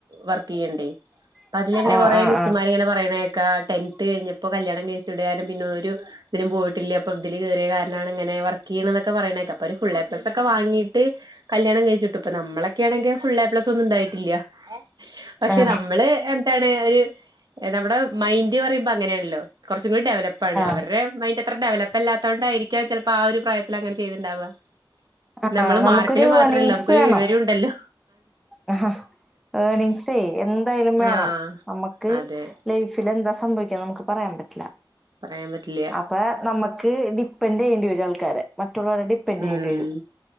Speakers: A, on the right (about 55°); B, in the centre.
A: വർക്ക് ണ്ടെ അതിലന്നെ
B: ആ
A: കൊറെ മിസ്മാര്ങ്ങനെ
B: ആ
A: പറയിണ് കേക്കാ ടെൻത്ത് കഴിഞ്ഞപ്പം കല്യാണം അനേസ്ടെ പിനെ ഒരു <unintelligible> ഇതില് കയറിയ കാരനാണ് ഇങ്ങനെ വർക്ക് ചെയ്ണ്ന്നൊക്കെ പറയിണ്കേക്കാ അപ്പൊ ഒരു ഫുൾഎപ്ലസൊക്കെ വാങ്ങീട്ട് കല്യാണം കഴിച്ചിട്ട് ഇപ്പൊ നമ്മളെ ങ്കിൽ ഫുൾ ഐ എപ്ലസൊന്നും ഉണ്ടായിട്ടില്ല പക്ഷെ
B: ആ
A: നമ്മള് എന്താണ് ഒരു നമ്മുടെ മൈന്ഡ് പറയുമ്പോ അങ്ങനെണല്ലോ ഡെവലപ്പാണ്
B: ആ
A: അവരുടെ മൈന്റ് എത്ര ഡെവലപ്പ് ല്ലാത്തതൊണ്ടായിരിക്കാ ചെലപ്പോ ആ ഒരു പ്രായ ങ്ങനെ ചെയ്തിണ്ടാവാ
B: ആ
A: നമ്മള്
B: നമുക്കൊരു
A: മാർക്കില് മാത്രമല്ല
B: ഏണിങ്സ്
A: നമുക്കൊരു
B: വേണം
A: വിവരംണ്ടല്ലോ
B: ആ ഏണിങ്സേ എന്തായാലും വേണം
A: ആഹ്
B: നമ്മ്ക്ക്
A: അതെ
B: ലൈഫിൽ എന്താ സംഭവിക്കാ നമക്ക് പറയാൻ പറ്റില്ല
A: പറയാൻ പറ്റില്ല
B: അപ്പൊ നമക്ക് ഡി പ്പന്റെയ്യണ്ടിയരും ആൾക്കാരെ മറ്റുള്ളവരെ ഡിപ്പെന്റ്
A: ഉം
B: ചെയെണ്ടി വരും